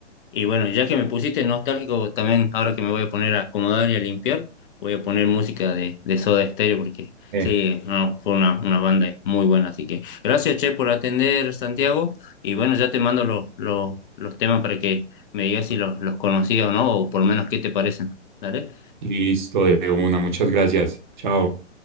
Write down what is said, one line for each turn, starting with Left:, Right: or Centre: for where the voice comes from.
Left: Y bueno, ya que me pusiste nostálgico, también ahora que me voy a poner a acomodar y a limpiar, voy a poner música de, de Soda Stereo porque
Right: eh,
Left: sí, no, fue una, una banda muy buena. Así que gracias, Che, por atender, Santiago. Y bueno, ya te mando los, los, los temas para que me digas si los, los conocías o no, o por lo menos qué te parecen. ¿Dale?
Right: listo, de una, muchas gracias, chao.